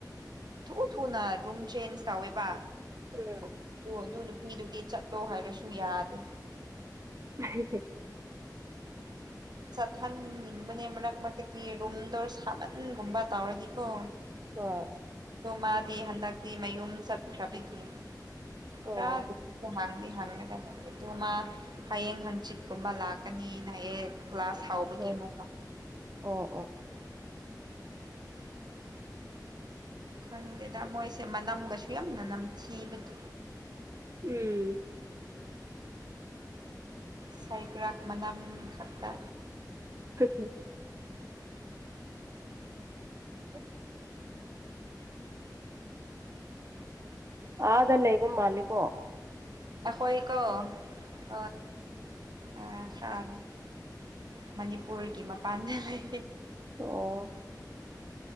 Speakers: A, on the right; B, on the right.
A: ꯊꯨ ꯊꯨꯅ ꯔꯨꯝ ꯆꯦꯟꯖ ꯇꯧꯋꯦꯕ
B: ꯎꯝ
A: ꯑꯣ ꯑꯗꯨ ꯅꯨꯄꯤꯗꯨꯗꯤ ꯆꯠꯂꯣ ꯍꯥꯏꯔꯁꯨ ꯌꯥꯗꯦ
B: <unintelligible>
A: ꯆꯠꯍꯟꯅꯤꯡꯕꯅꯦ ꯃꯔꯛ ꯃꯔꯛꯇꯗꯤ ꯔꯨꯝꯗꫭ ꯁꯥꯃꯟꯒꯨꯝꯕ ꯇꯧꯔꯗꯤꯀꯣ
B: ꯑꯥ
A: ꯑꯗꯣ ꯃꯥꯗꯤ ꯍꯟꯗꯛꯇꯤ ꯃꯌꯨꯝ ꯆꯠꯈ꯭ꯔꯕꯒꯤ
B: ꯑꯣ
A: ꯈꯔ ꯍꯥꯡꯉ‌ꯦ ꯍꯥꯡꯕꯒꯨꯝ ꯊꯧꯋ‌ꯦ ꯑꯗꯣ ꯃꯥ ꯍꯌꯦꯡ ꯍꯥꯡꯆꯤꯠꯀꯨꯝꯕ ꯂꯥꯛꯀꯅꯤꯅ ꯍꯥꯏꯌ‌ꯦ ꯀ꯭ꯂꯒꯥꯁ ꯍꯥꯎꯕꯒꯤ
B: ꯑꯣ
A: ꯃꯑꯣꯛꯀ
B: ꯑꯣ ꯑꯣ ꯑꫭ
A: ꯈꯪꯗꯦꯗ ꯃꯣꯏꯁꯦ ꯃꯅꯝꯒꯁꯨ ꯌꯥꯝꯅ ꯅꯝꯊꯤꯕꯒꯤ
B: ꯎꯝ
A: ꯁꯥꯏꯒ꯭ꯔꯥꯛ ꯃꯅꯥ ꯈꯛꯇ
B: <unintelligible> ꯎ <unintelligible> ꯑꯗ ꯂꯩꯕ ꯃꯥꯟꯂꯤꯀꯣ
A: ꯑꯈꯣꯏꯀꯣ ꯍꫭꯏ ꯑ ꯈꯔꯗꯤ ꯃꯅꯤꯄꯨꯔꯒꯤ ꯃꯄꯥꯟꯗ ꯂꯩ
B: ꯑꯣ